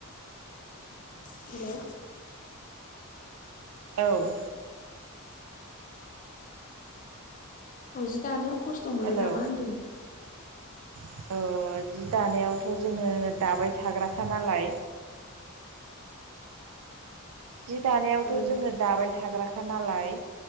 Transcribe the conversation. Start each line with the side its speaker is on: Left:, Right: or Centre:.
Left: हेल'
Right: औ
Left: अ जि दानायाव खस्थ' मोनो
Right: हेलौ
Left: नामा होनदों?
Right: औ जि दानायावथ' जोङो दाबाय थाग्राखा नालाय जि दानायावथ'
Left: ओं
Right: जोङो दाबाय थाग्राखा नालाय